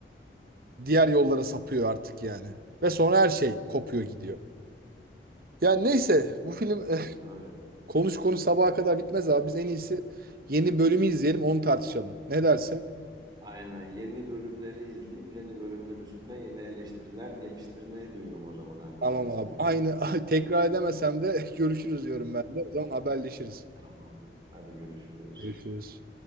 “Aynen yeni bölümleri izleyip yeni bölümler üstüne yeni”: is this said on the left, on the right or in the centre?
Right